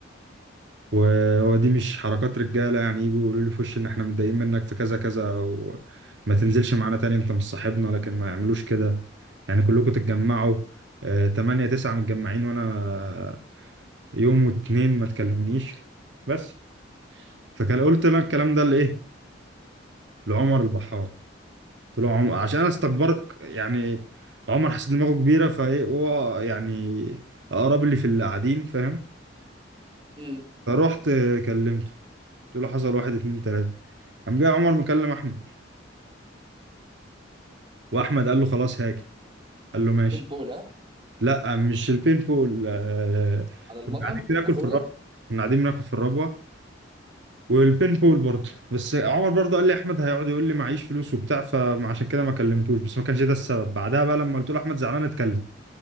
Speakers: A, on the right; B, on the right.
A: وهو دي مش حركات رجاله يعني يجوا يقولوا لي في وشي ان احنا متضايقين منك في كذا كذا او ما تنزلش معانا تاني انت مش صاحبنا لكن ما يعملوش كده يعني كلكم تتجمعوا آه، تمانية تسعة متجمعين وانا آه، يوم واتنين ما تكلمونيش بس فكان قلت لك الكلام ده لايه لعمر البحار قلت له عمر عشان انا استكبرت يعني عمر حاسس دماغه كبيره فايه هو يعني اقرب لي في اللي قاعدين فاهم
B: امم
A: فروحت كلمته قلت له حصل واحد اتنين تلاتة قام جاي عمر مكلم احمد واحمد قال له خلاص هاجي قال له ماشي
B: 2000 بولا
A: لا مش البين بول آه،
B: على المطعم
A: كنا قاعدين
B: على
A: بناكل
B: الخروجه
A: في الربوه كنا قاعدين بناكل في الربوه والبين بول برضه بس عمر برضه قال لي احمد هيقعد يقول لي معيش فلوس وبتاع فعشان كده ما كلمتوش بس ما كانش ده السبب بعدها بقى لما قلت له احمد زعلان اتكلم